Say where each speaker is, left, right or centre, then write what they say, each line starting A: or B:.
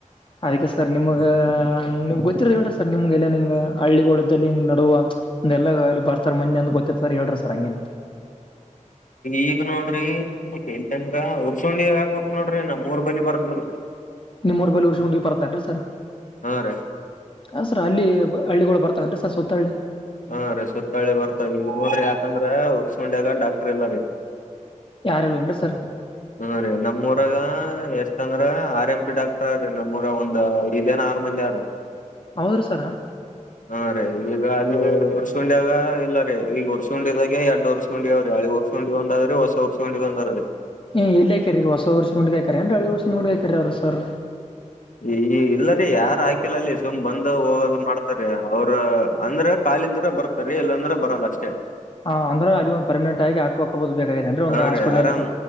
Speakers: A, on the left; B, on the left.
A: ಅದ್ಕ್ಕೆ ಸರ್ ನಿಮಗ ನಿಮ್ಮ ಗೊತ್ತಿರ ಹೇಳ್ರಿ ಸರ್ ನಿಮ್ಗೆಲ್ಲ ನಿಂಗ್ ಹಳ್ಳಿಗಳಳ್ದದಲ್ಲಿ ಹಿಂಗ ನಡುವ. ಅಲ್ಲ ಇಲ್ಲಿ ಬರ್ತಾರ ಮಂದ ಅಂದ ಗೊತ್ತತಿ ಅಂತ ಹೇಳ್ರಿ ಸರ್ ಹಂಗೇನ.
B: ಈಗ ನೋಡ್ರಿ ಹೇಲ್ತನ್ರ ಅವ್ರ. ಚುಂಡಿ ಹ ಆಗ್ಬೇಕಕ್ ನೋಡ್ರಿ ನಮ್ಮ್ ಮೂರ್ <unintelligible>
A: ನಿಮ್ಮ ಊರು <unintelligible> ಬರ್ತನ್ರ ಸರ್.
B: ಹಾ ರೀ
A: ಹಾಂ ಸರ್ ಅಲ್ಲಿ ಹಳ್ಳಿಗಳು ಬರ್ತವೆರೀ ಸರ್ ಸುತ್ತಳ್ಳಿ
B: ಹಾರೀ ಸುತ್ತಳ್ಳಿ ಬರ್ತಾವ ಈಗ ನೋಡ್ರಿ ಯಾಕಂದ್ರೆ ಉರ್ಸ್ಕೊಂಡ್ಯಾಗ ಡಾಕ್ಟ್ರರ್ ಇಲ್ಲ ರೀ.
A: ಯಾರಲ್ಲನ್ರಿ ಸರ್.
B: ಹಾ ರೀ ನಮ್ಮೂರಾಗ ಎಷ್ಟ ಅಂದ್ರ ಆರ್ ಎಂ ಪಿ ಡಾಕ್ಟರ್ ಆರಿ ನಮ್ಮೂರ ಒಂದ್ ಐದು ಏನ್ ಆರ ಮಂದಿ ಆರಿ <unintelligible>
A: ಹೌದ ರಿ ಸರ್
B: ಹಾ ರೀ ಈಗ ಅಲ್ಲಿ ಉರ್ಸ್ಕೊಂಡ್ಯಾಗ ಇಲ್ಲ ರೀ ಈಗ ಉರ್ಸಕೊಂಡಿದಾಗೆ ಎಡ್ಡ ವರ್ಷ ಹಳಿ ಉರಸೊಂಡಿ ಒಂದಾದ್ರಿ ಹೊಸ ಉರಸೋಂಡಿ ಒಂದಾದ್ರಿ
A: ಹ ಎಲ್ಲೇ ಹಾಕಿರಿ ಹೊಸ ಉರ್ಸೊಂಡಿ ನಾಗ ಹಾಕ್ಯಾರಿ ಅ್ರ ಹಳಿ ಉಸೋಂಡಗ ಹಾಕ್ಯಾರಿ ಅವರು ಸರ್
B: ಈ ಇಲ್ಲರಿ ಯಾರ ಹಾಕಿಲ್ಲ ಅಲ್ಲಿ ಸುಮ್ ಬಂದ ಹೋಗೋದು ಮಾಡ್ತಾರ ಅ ಅವ್ರ ಅಂದ್ರ ಖಾಲಿದ್ರ ಬರ್ತಾರೆ ಇಲ್ಲಾಂದ್ರ ಬರಲ್ಲ ಅಷ್ಟೇ ಅ
A: ಹಾ ಅಂದ್ರ ಅಲ್ಲಿ ಒಂದು ಪರ್ಮಿನಂಟ್ ಆಗಿ ಹಾಕ್ಬೇಕ ಬೋದು ಬೇಕಾಗಿದೆ ಅನ್ರಿ ಒಂದು
B: ಹಾ
A: ಹಾಸ್ಪಿಟಲ್ನಲ್ಲಿ
B: ರೀ ಆರಾಮ್